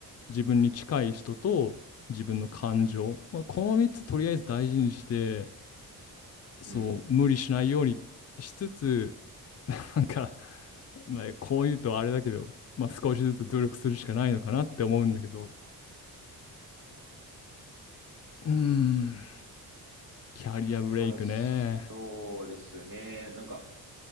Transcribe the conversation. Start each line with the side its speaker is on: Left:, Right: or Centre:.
Left: 自分に近い人と、自分の感情。まあ、この3つとりあえず大事にして、そう、
Right: うん。
Left: 無理しないようにしつつ、<laughs> なんか、まあ、こう言うとあれだけど、まあ、少しずつ努力するしかないのかなって思うんだけど。うーん、キャリアブレイクね。
Right: まあ、そうですね。なんか、